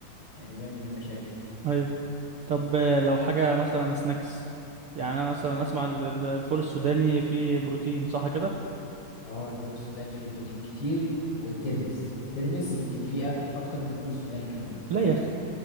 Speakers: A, on the left (about 80°); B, on the right (about 60°).
A: يعني بيعمل مشاكل
B: ايوه طب آه، لو حاجة مثلا سناكس يعني انا مثلا اسمع ال- ال- الفول السوداني فيه بروتين صح كده
A: اه الفول السوداني فيه بروتين كتير والترمس الترمس يمكن فيه أك اكتر من الفول السوداني كمان
B: لا يا اخي